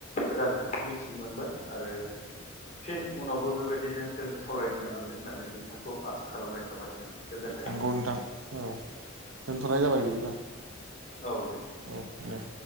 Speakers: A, on the left; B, on the right.
A: गोदान खोथा मिथिनो मोनबाय आरो फिन उनावबो बेबायदिनो जों सावरायनो मोनगोन होननानै नोंथांखौ आसा खालामनाय थाबाय। नोंथां गोजोन्थों
B: नंगौ नोंथां औ दोनथ'नाय जाबाय बिदिबा
A: औ दे
B: औ दे